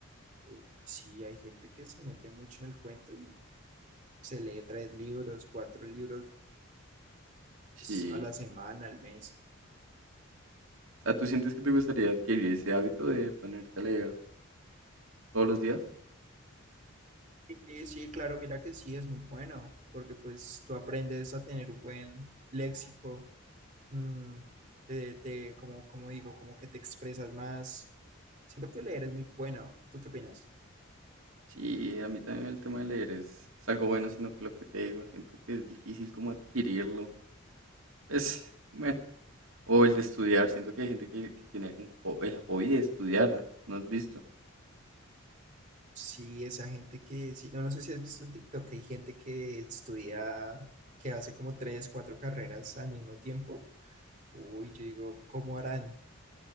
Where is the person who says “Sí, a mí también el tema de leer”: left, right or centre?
Right